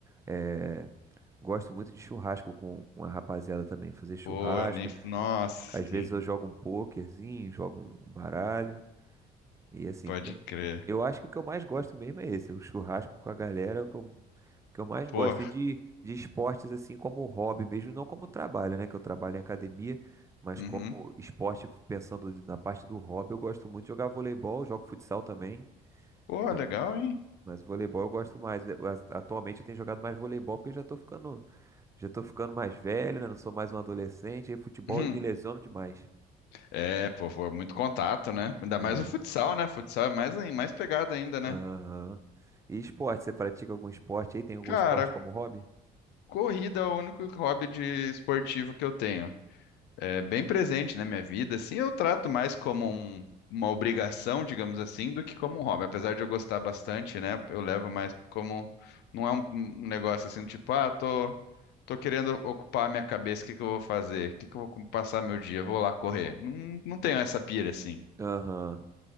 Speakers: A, on the right (about 15°); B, on the left (about 85°).
A: é, Gosto muito de churrasco com, com a rapaziada também, fazer churrasco.
B: Pô, nem. Nossa,
A: Às
B: assim,
A: vezes eu jogo um pokerzinho, jogo um um baralho. E assim,
B: pode
A: t-
B: crer.
A: eu acho que o que eu mais gosto mesmo é esse, o churrasco com a galera, é o que eu que eu mais
B: Pô,
A: gosto. E de, de esportes assim como hobby mesmo, não como trabalho, né? Que eu trabalho em academia, mas
B: uhum.
A: como esporte, pensando na parte do hobby, eu gosto muito de jogar voleibol, jogo futsal também.
B: Pô,
A: Mas,
B: legal, hein? <laughs>
A: mas voleibol eu gosto mais. Eu- a- atualmente eu tenho jogado mais voleibol porque eu já tô ficando, já tô ficando mais velho, né? Não sou mais um adolescente, e futebol
B: Uhum.
A: eu me lesiono demais.
B: É, pô, foi muito contato, né? Ainda
A: É.
B: mais o futsal, né? Futsal é mais, ai- mais pegado ainda, né?
A: Aham. E esporte, você pratica algum esporte aí? Tem algum
B: Cara,
A: esporte como hobby?
B: corrida é o único hobby de esportivo que eu tenho. É bem presente na minha vida, assim, eu trato mais como um- uma obrigação, digamos assim, do que como um hobby. Apesar de eu gostar bastante, né? Eu levo mais como. Não é um, um negócio assim, tipo, ah, tô. Tô querendo ocupar a minha cabeça, o que que eu vou fazer? O que que eu vou com- passar meu dia? Vou lá correr. Não, não tenho essa pira assim.
A: Aham.